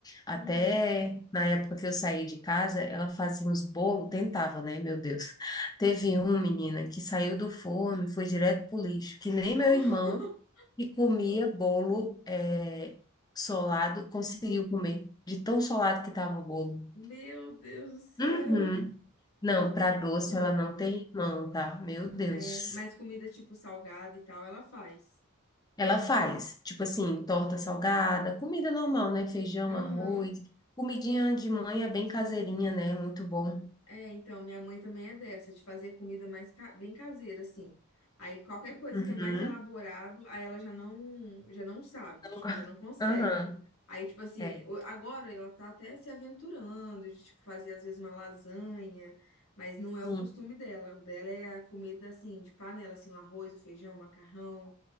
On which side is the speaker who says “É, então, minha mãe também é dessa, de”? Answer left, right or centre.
Left